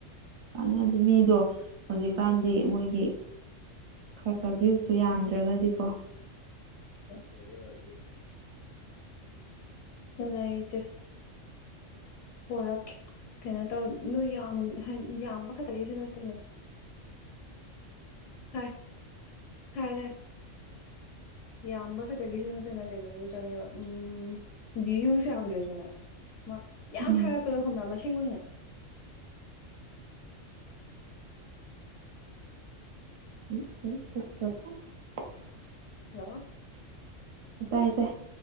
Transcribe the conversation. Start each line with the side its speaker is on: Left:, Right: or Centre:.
Right: ꯀꯥꯟꯅꯗꯤ ꯃꯤꯗꯣ ꯍꯧꯖꯤꯛꯀꯥꯟꯗꯤ ꯃꯣꯏꯒꯤ ꯈꯔ
Left: ꯍꯣꯏ
Right: ꯈꯔ ꯚꯌꯨ ꯁꯨ ꯌꯥꯝꯗ꯭ꯔꯒꯗꯤꯀꯣ꫰꫰
Left: ꯍꯣꯏ ꯂꯩꯇꯦ꯫ ꯄꯣꯔꯛꯀꯦ ꯀꯩꯅꯣ ꯇꯧ ꯅꯣꯏ ꯌꯥꯝ ꯌꯥꯝꯕ ꯈꯛꯇꯒꯤꯁꯨ ꯅꯠꯇꯦꯅ ꯇꯥꯏ ꯇꯥꯏ ꯇꯥꯏ꯫ ꯌꯥꯝꯕ ꯈꯛꯇꯒꯤꯁꯨ ꯅꯠꯇꯅ ꯀꯩꯅꯣꯁꯨ ꯆꯪꯉꯦꯕ ꯎꯝ ꯚ꯭ꯌꯨꯁ ꯌꯥꯝꯗ꯭ꯔꯁꯨꯅꯦ ꯃꯥ ꯌꯥꯝ
Right: ꯎꯝ
Left: ꯊꯥꯒꯠꯄꯗꯣ ꯈꯝꯕ꯭ꯔꯥ ꯃꯁꯤꯡ ꯑꯣꯏꯅ꯫
Right: <unintelligible>
Left: ꯍꯥꯜꯂꯣ꯫
Right: ꯑ ꯇꯥꯏ ꯇꯥꯏ꯫